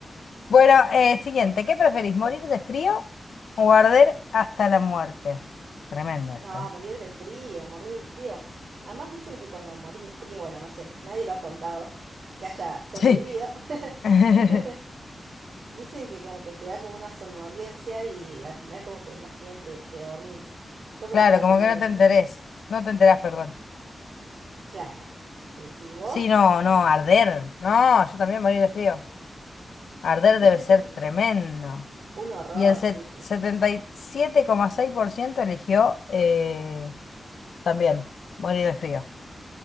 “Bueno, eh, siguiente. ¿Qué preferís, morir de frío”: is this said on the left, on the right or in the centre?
Left